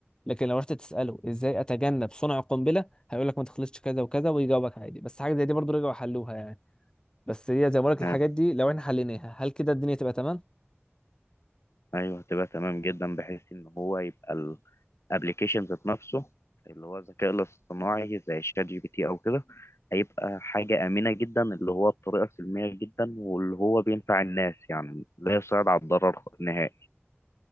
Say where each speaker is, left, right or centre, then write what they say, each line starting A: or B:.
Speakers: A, on the left; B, on the left.
A: لكن لو رحت تساله ازاي اتجنب صنع القنبله هيقول لك ما تخلطش كذا وكذا ويجاوبك عادي بس حاجه زي دي برضو رجعوا حلوها يعني بس هي زي ما بقول لك الحاجات
B: آه،
A: دي لو احنا حليناها هل كده الدنيا تبقى تمام
B: أيوه هتبقى تمام جدا بحيث إن هو يبقى ابلكيشن ذات نفسه اللي هو الذكاء الاصطناعي زي شات جي بي تي او كده هيبقى حاجة آمنة جدا اللي هو بطريقة سلمية جدا واللي هو بينفع الناس يعني لا يصعد على الضرر نهائي